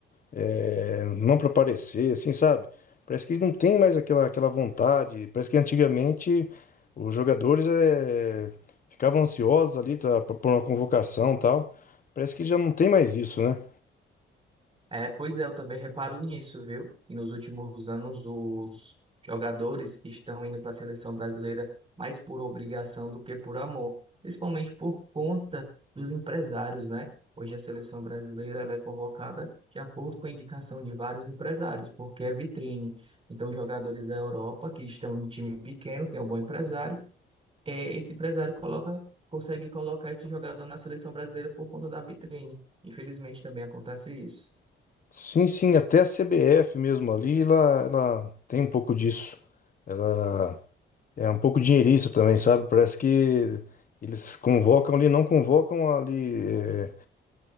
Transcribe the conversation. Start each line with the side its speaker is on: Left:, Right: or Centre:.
Left: eh, não para parecer, assim, sabe? Parece que eles não têm mais aquela, aquela vontade, parece que antigamente os jogadores eh, ficavam ansiosos ali tá, por uma convocação e tal, parece que já não tem mais isso, né?
Right: É, pois é, eu também reparo nisso, viu? Que nos últimos anos os jogadores estão indo para a seleção brasileira mais por obrigação do que por amor, principalmente por conta dos empresários, né? Hoje a seleção brasileira ela é convocada de acordo com a indicação de vários empresários, porque é vitrine. Então, jogadores da Europa que estão em time pequeno, tem um bom empresário, é, esse empresário coloca, consegue colocar esse jogador na seleção brasileira por conta da vitrine. Infelizmente também acontece isso.
Left: Sim, sim, até a CBF mesmo ali, ela, ela tem um pouco disso. Ela é um pouco dinheirista também, sabe? Parece que eles convocam ali, não convocam ali é,